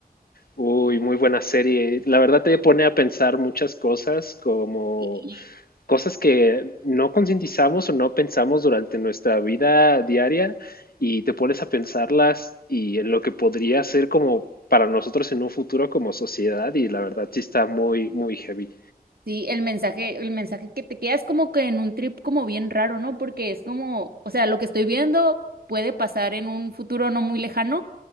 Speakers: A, on the left; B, on the right.
A: Uy, muy buena serie. La verdad te pone a pensar muchas cosas como
B: Y,
A: cosas que no concientizamos o no pensamos durante nuestra vida diaria y te pones a pensarlas y en lo que podría ser como para nosotros en un futuro como sociedad y la verdad sí está muy, muy heavy.
B: Sí, el mensaje, el mensaje que te quedas como que en un trip como bien raro, ¿no? Porque es como, o sea, lo que estoy viendo puede pasar en un futuro no muy lejano,